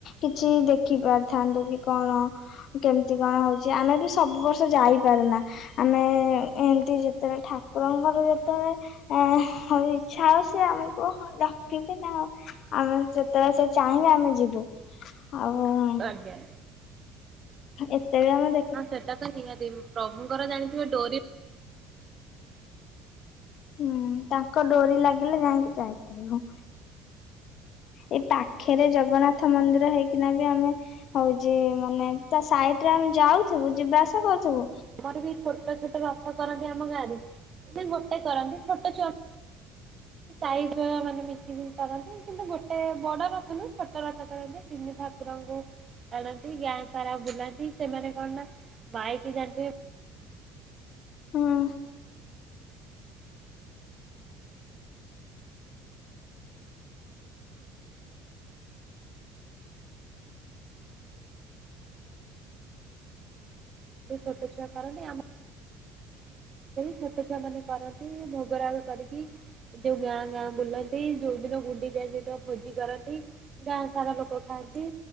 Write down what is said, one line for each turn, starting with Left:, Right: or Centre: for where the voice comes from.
Left: କିଛି ଦେଖି ପାରିଥାନ୍ତୁ କି କଣ। କେମିତି କଣ ହଉଛି ଆମେ ବି ସବୁ ବର୍ଷ ଯାଇପାରୁନା। ଆମେ ଏମତି ଯେତେବେଳେ ଠାକୁରଙ୍କର ଯେତେବେଳେ ଆ ଇଚ୍ଛା ଆଉ ସେ ଆମେକୁଣ ଡାକିବେ ନା ଆଉ <unintelligible> ଆମେ ଯେତେବେଳେ ସେ ଚାହିଁଲେ ଆମେ ଯିବୁ ଆଉ।
Right: ଆଜ୍ଞା।
Left: ଏତେ ବି ଆମର
Right: ହଁ ସେଟା ତ ନିହାତି ପ୍ରଭୁଙ୍କର ଜାଣି ଥିବେ ଡୋରି
Left: ହୁଁ ତାଙ୍କ ଡୋରି ଲାଗିଲେ ଯାଇକି ଯାଇପାରିବୁ। ଏଇ ପାଖେରେ ଜଗନ୍ନାଥ ମନ୍ଦିର ହେଇକିନା ବି ଆମେ ହଉଛି ମାନେ ତା ସାଇଡ ରେ ଆମେ ଯାଉଥିବୁ ଯିବା ଆସା କରୁଥିବୁ।
Right: ଆମର ବି ଛୋଟ ଛୋଟ ରଥ କରନ୍ତି ଆମ ଗାଁରେ ମାନେ ଗୋଟେ କରନ୍ତି ଛୋଟ ଛୁଆ ସାଇ ଚୁଆ ମାନେ ମିଶିକି କରନ୍ତି କିନ୍ତୁ ଗୋଟେ ବଡ ରଥ ନୁହଁ ଛୋଟ ରଥ କରନ୍ତି ତିନି ଭା କୁରଙ୍କୁ ଆଣନ୍ତି ଗାଁ ସାରା ବୁଲାନ୍ତି ସେମାନେ କଣ ନା ମାଇକି ଯାଆନ୍ତି
Left: ହଁ।
Right: ଛୋଟ ଛୁଆ କରନ୍ତି ଆମ ଛୋଟ ଛୁଆମାନେ କରନ୍ତି ଭୋଗ ରାଗ କରିକି। ଯୋଉ ଗାଁ ଗାଁ ବୁଲନ୍ତି ଯୋଉ ଦିନ ଗୁଣ୍ଡି ଯାଏ ସେଦିନ ଭୋଜି କରନ୍ତି। ଗାଁ ସାରା ଲୋକ ଖାଆନ୍ତି